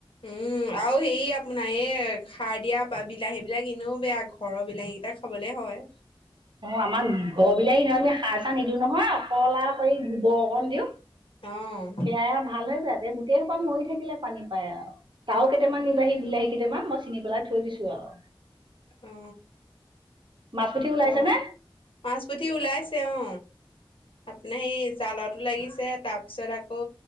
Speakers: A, on the left; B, on the right.
A: উম আৰু সেই আপোনাৰ এই সাৰ দিয়া বিলাহী বিলাক এনেও বেয়া ঘৰৰ বিলাহী কেইটা খাবলে হয়
B: অ আমাৰ ঘৰ বিলাহী নহয় আমি সাৰ চাৰ নিদিয়ো নহয় অকল আৱ সেই গোবৰ অকণ দিওঁ
A: অ
B: সেয়াই আৱ ভাল হৈ যায় এতিয়া গোটেই সোপা মৰি থাকিলে পানী পায় আৰু তাও কেইটামান
A: এ
B: নিবাহি বিলাহী কেইটামান মই চিঙি পেলাই থৈ দিছো আৱ
A: অ
B: মাছ পুঠি ওলাইছে
A: অ
B: নে
A: মাছ পুঠি ওলাইছে অ আপোনাৰ সেই জালতো লাগিছে তাৰ পিছত আকৌ